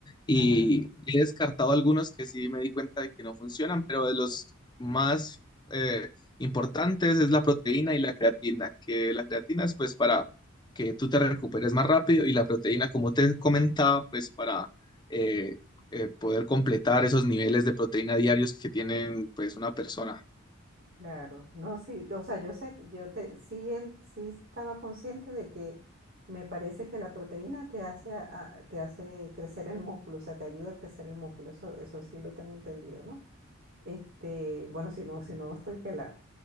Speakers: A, on the left (about 20°); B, on the right (about 45°).
A: y
B: ajá,
A: he descartado algunos que sí me di cuenta de que no funcionan, pero de los más eh, importantes es la proteína y la creatina, que la creatina es pues para que tú te recuperes más rápido y la proteína, como te comentaba, pues para eh, eh, poder completar esos niveles de proteína diarios que tienen pues una persona.
B: claro. No, sí, o sea, yo sé, que- yo te, sí, en- sí estaba consciente de que me parece que la proteína te hace, a- a- te hace crecer el músculo, o sea, te ayuda a crecer el músculo. Eso, eso sí lo tengo entendido, ¿no? Este, bueno, si no, si no estoy pelada.